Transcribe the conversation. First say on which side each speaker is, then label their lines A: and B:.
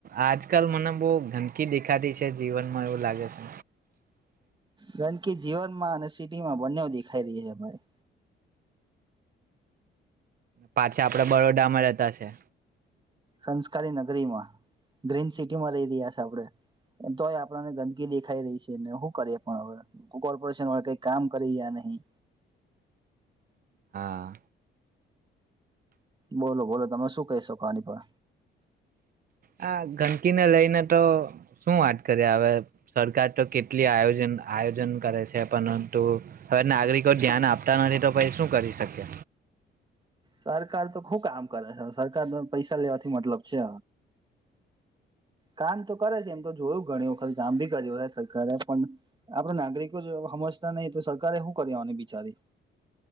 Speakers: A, on the right; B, on the right.
A: આજકાલ મને બહુ ગંદકી દેખાતી છે જીવનમાં એવું લાગે છે.
B: ગંદકી જીવનમાં અને સિટીમાં બંને દેખાઈ રહી છે ભાઈ
A: પાછા આપડા બરોડા માં રહતા છે.
B: સંસ્કારી નગરીમાં ગ્રીન સિટીમાં રહી રહ્યા છે આપણે એમ તોય આપણાને ગંદકી દેખાઈ રહી છે ને શું કરીએ પણ હવે કોર્પોરેશન વાળા કઈ કામ કરી રહ્યા નહી
A: હા
B: બોલો બોલો તમે શું કહી શકો આની પર
A: હા ગંદકીને લઈને તો શું વાત કરીએ હવે સરકાર તો કેટલી આયોજન આયોજન કરે છે પરંતુ હવે નાગરિકો ધ્યાન આપતા નથી તો પછ શું કરી શકે
B: સરકાર તો શું કામ કરે છે સરકાર તો પૈસા લેવાથી મતલબ છે કામ તો કરે છે એમ તો જોયું ગણીવખત કામ બી કર્યું સરકારે પણ આપડ નાગરિકો જો સમજતા નહી તો સરકારે શું કરી લેવાનું બિચારી